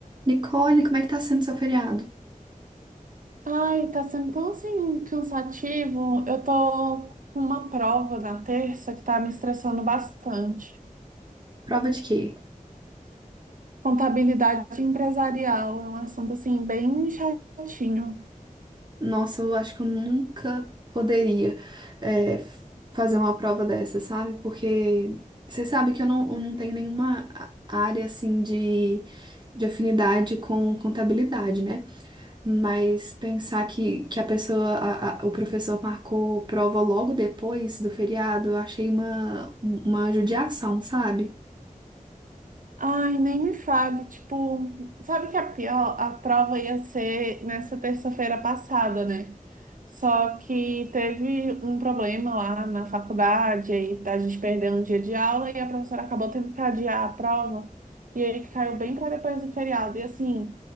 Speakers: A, on the right (about 30°); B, on the right (about 65°).
A: Nicole, como é que tá sendo seu feriado?
B: Ai, tá sendo tão assim cansativo. Eu tô com uma prova na terça que tá me estressando bastante.
A: Prova de quê?
B: Contabilidade empresarial é um assunto assim bem chatinho.
A: Nossa, eu acho que eu nunca poderia é, f- fazer uma prova dessa, sabe? Porque você sabe que eu não, eu não tenho nenhuma a- área assim de, de afinidade com contabilidade, né? Mas pensar que, que a pessoa, a- a- o professor marcou prova logo depois do feriado, eu achei uma, uma judiação, sabe?
B: Ai, nem me fale, tipo, sabe que a pior, a prova ia ser nessa terça-feira passada, né? Só que teve um problema lá na faculdade, aí tá, a gente perdeu um dia de aula e a professora acabou tendo que adiar a prova, e aí caiu bem para depois do feriado. E assim,